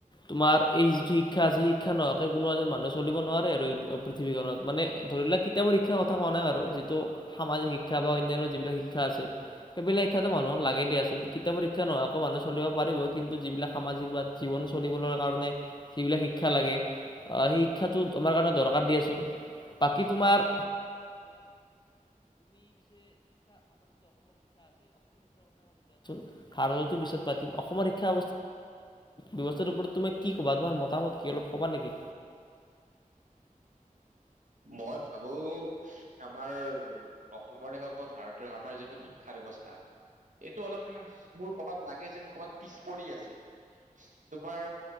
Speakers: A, on the left; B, on the right.
A: তোমাৰ এই যিটো শিক্ষা আছে শিক্ষা নোহোৱাকে কোনো এজন মানুহ চলিব নোৱাৰে এই পৃথিৱীখনত মানে ধৰিলো সেইতু পৰীক্ষাৰ কথা কোৱা নাই বাৰু যিতু সামাজিক শিক্ষা বা অনান্য যিতু শিক্ষা আছে। <unintelligible> লাগে দিয়া চোন। কিতাপ পৰীক্ষা নোহোৱাকৈ মানুহ চলিব পাৰিব কিন্তু যিবিলাক সামাজিক বা জীৱন চলিবলৈ কাৰণে যিবিলাক শিক্ষা লাগে সেই শিক্ষাটো তোমাৰ কাৰণে দৰকাৰ দিয়াচোন বাকী তোমাৰ <inaudible> পাতিম অসমৰ শিক্ষা ব্যবস্থা বা তোমাৰ মতামত কি অলপ ক'বা নেকি?
B: মই ভাবো আমাৰ অসমৰে হওক বা ভাৰতে হওক আমাৰ যিটো শিক্ষা ব্যৱস্থা এইটো অলপ মোৰ কৰ'বাত লাগে যেন ক'বাত পিছ পৰি আছে তোমাৰ